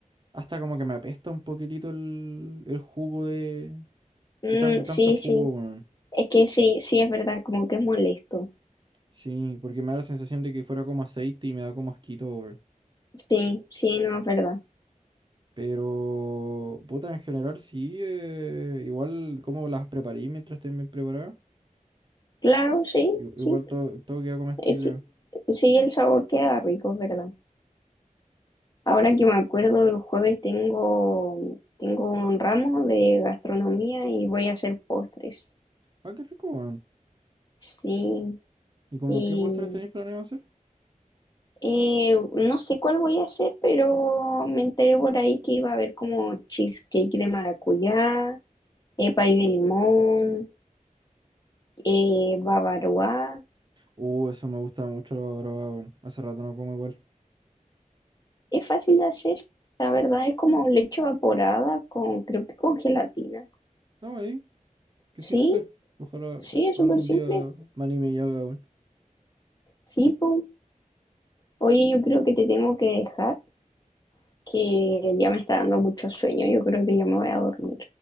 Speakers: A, on the right (about 35°); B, on the left (about 30°).
A: Hasta como que me apesta un poquitito el, el jugo de...
B: Mm,
A: ¿Qué tan- tanto
B: sí,
A: jugo,
B: sí.
A: weón?
B: Es que sí, sí es verdad, como que es molesto.
A: Sí, porque me da la sensación de que fuera como aceite y me da como asquito, weón.
B: Sí, sí, no es verdad.
A: Pero, puta, en general sí, eh, igual como las preparé mientras estén bien preparadas,
B: Claro, sí,
A: i- igual
B: sí.
A: todo, todo queda comestible,
B: Eh, sí.
A: weón.
B: Sí, el sabor queda rico, es verdad. Ahora que me acuerdo, el jueves tengo, tengo un ramo de gastronomía y voy a hacer postres.
A: Ah, qué rico, weón.
B: Sí,
A: ¿Y como
B: y
A: qué postres tenéis planeado hacer?
B: eh, no sé cuál voy a hacer, pero me enteré por ahí que iba a haber como cheesecake de maracuyá, eh, pay de limón, eh, bavaroa.
A: Uh, eso me gusta mucho, la verdad, weón. Hace rato no como igual.
B: Es fácil de hacer, la verdad, es como leche evaporada con, creo que con gelatina.
A: No, ahí, qué
B: Sí,
A: simple. Ojalá
B: sí, es
A: algún
B: súper simple.
A: día me anime y haga, weón.
B: Sí, po. Oye, yo creo que te tengo que dejar, que ya me está dando mucho sueño. Yo creo que ya me voy a dormir.